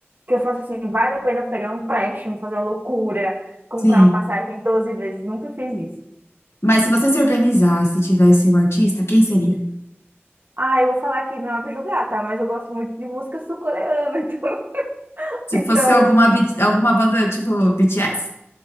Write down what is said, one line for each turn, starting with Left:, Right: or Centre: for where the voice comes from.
Right: que eu faça assim, vale a pena eu pegar um empréstimo, fazer uma loucura, comprar
Left: sim.
Right: uma passagem 12 vezes, nunca fiz isso.
Left: Mas se você se organizasse e tivesse o artista, quem seria?
Right: Ah, eu vou falar que não é pra julgar, tá? Mas eu gosto muito de música sul-coreana, <laughs> então,
Left: Se
Right: então,
Left: fosse alguma, B- alguma banda tipo BTS?